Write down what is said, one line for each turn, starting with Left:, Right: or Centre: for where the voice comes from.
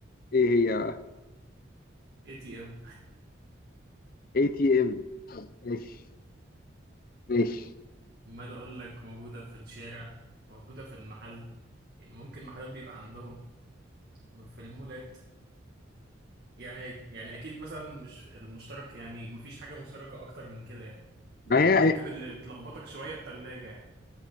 Left: ايه هي
Right: اي تي ام
Left: اي تي ام ماشي ماشي
Right: أمال أقول لك موجودة في الشارع موجودة في المحل يعني ممكن محلات بيبقى عندهم في المولات يعني يعني أكيد مثلا مش المشترك يعني مفيش حاجة مشتركة أكتر من كده يعني يعني
Left: ما هي
Right: ممكن اللي تلخبطك شوية التلاجة يعني